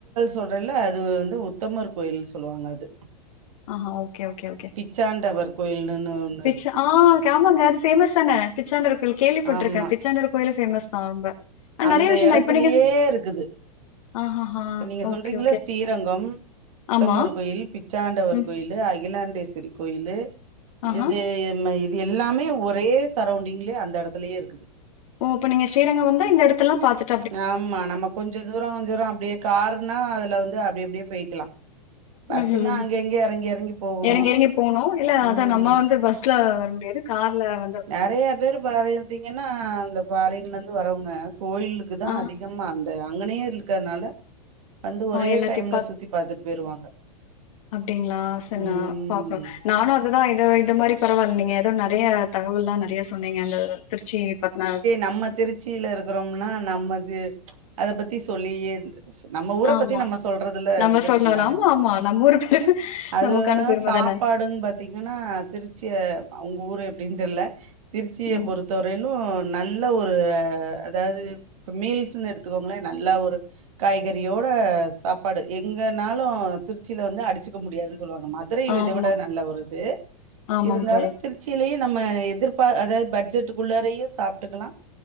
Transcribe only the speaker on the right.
சொல்றல்ல அது வந்து உத்தமர் கோயில் சொல்லுவாங்க அது
பிச்சாண்டவர் கோயினுன்னு ஒன்னு
ஆமா
அந்த
எடத்துலியே
இருக்குது
இப்ப நீங்க சொல்றீங்கல்ல
ஸ்ரீரங்கம் உத்தமர்
கோயில் பிச்சாண்டவர்
கோயில்லு அகிலாண்டேஸ்வரி கோயில்லு
இது என்மயில் இது எல்லாமே ஒரே சரௌண்டிங்லயே அந்த எடத்துலயே இருக்குது
ஆமா நம்ம கொஞ்சோ தூரோ தூரோ அப்டியே கார்ன்னா அதுல வந்து அப்டி அப்டியே போய்க்கலா பஸ்ஸுன்னா
அங்க இங்க எறங்கி எறங்கி போகணு
ம்
நெறைய பேரு பார இந்திங்னா அந்த பாரின்லந்து வரவங்க கோயிலுக்கு தா
அதி கமா அந்த அங்கனே இழுக்கனால வந்து ஒரே
டைம்ல சுத்தி பாத்துட்டு போயிருவாங்க
ம்
நம்ம திருச் ச்சில இருக்குறோம்னா நம்மது அத பத்தி சொல்லியே நம்ம ஊர
பத்தி நம்ம சொல்றதுல
இது
இருக்குல்ல
அது
சா
ப்பாடுன் பாத்தீங்கன்னா திருச்சி அவுங்க ஊரு எப்டின் தெர்ல திருச்சிய
பொறுத் த வரையிலு நல்ல ஒரு அதாது இப்ப மீல்ஸ்ன்னு எடுத்துக்கோங்களே நல்லா ஒரு காய்கறியோட சாப்பாடு எங்கனாலு திருச்சில வந்து அடிச்சுக்க முடியாதுன் சொல்லுவாங்க மா துரையு
இத விட நல்ல வருது
இருந்தாலு
திருச்சிலயு நம்ம எதிர்பார் அதாது பட்ஜெட்டுக்குள்ளாரையு சாப்ட்டுக்கலா